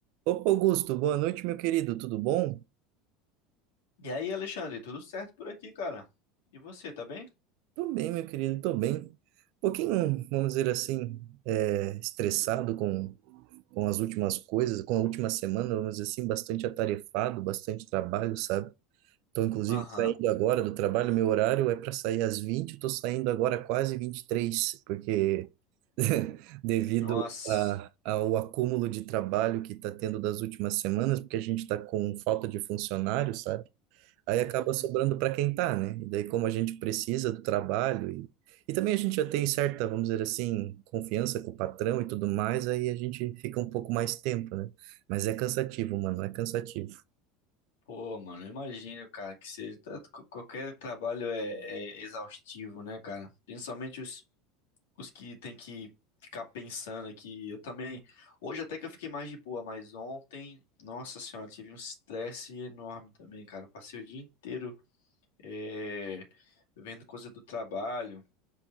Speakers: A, on the right (about 60°); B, on the left (about 75°).
A: Opa, Augusto, boa noite, meu querido, tudo bom?
B: E aí, Alexandre, tudo certo por aqui, cara? E você, tá bem?
A: Tô bem, meu querido, tô bem. Um pouquinho, vamos dizer assim, é, estressado com, com as últimas coisas, com a última semana, vamos dizer assim, bastante atarefado, bastante trabalho, sabe? Tô, inclusive,
B: Aham.
A: saindo agora do trabalho, meu horário é para sair às 20. eu tô saindo agora quase 23, porque <laughs> devido
B: Nossa.
A: a, ao acúmulo de trabalho que está tendo das últimas semanas, porque a gente está com falta de funcionários, sabe? Aí
B: Uhum.
A: acaba sobrando para quem tá, né? E daí, como a gente precisa do trabalho e, e também a gente já tem certa, vamos dizer assim, confiança com o patrão e tudo mais, aí a gente fica um pouco mais tempo, né? Mas é cansativo, mano, é cansativo.
B: Pô, mano, eu imagino, cara, que seja tá- qu- qualquer trabalho é, é exaustivo, né, cara? Principalmente os, os que tem que ficar pensando aqui. Eu também. Hoje até que eu fiquei mais de boa, mas ontem, nossa senhora, tive um estresse enorme também, cara. Eu Passei o dia inteiro é, vendo coisa do trabalho.